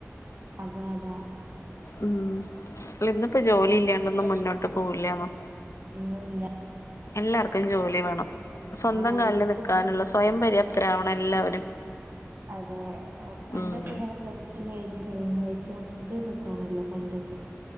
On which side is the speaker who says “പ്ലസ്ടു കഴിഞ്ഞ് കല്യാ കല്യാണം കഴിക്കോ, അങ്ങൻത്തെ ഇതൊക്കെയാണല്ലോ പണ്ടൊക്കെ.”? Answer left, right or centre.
Right